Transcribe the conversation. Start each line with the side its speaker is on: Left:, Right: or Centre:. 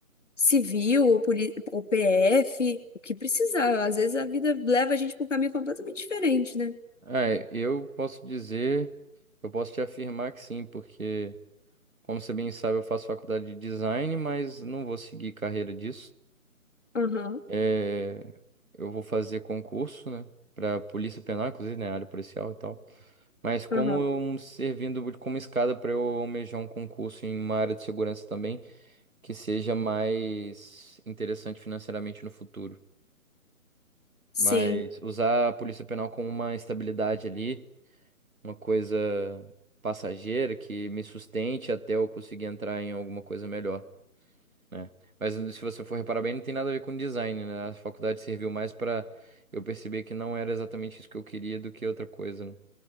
Left: civil ou, poli- ou PF, o que precisar. Às vezes a vida leva a gente para um caminho completamente diferente, né?
Right: Ah, eu posso dizer, eu posso te afirmar que sim, porque. Como você bem sabe, eu faço faculdade de design, mas não vou seguir carreira disso.
Left: Aham,
Right: É, eu vou fazer concurso, né, para Polícia Penal, inclusive, né, área policial e tal. Mas como
Left: aham.
Right: eu- servindo como escada para eu almejar um concurso em uma área de segurança também, que seja mais interessante financeiramente no futuro.
Left: Sim.
Right: Mas usar a Polícia Penal como uma estabilidade ali, uma coisa passageira que me sustente até eu conseguir entrar em alguma coisa melhor. né? Mas se você for reparar bem, não tem nada a ver com design, né? A faculdade serviu mais pra eu perceber que não era exatamente isso que eu queria do que outra coisa, né?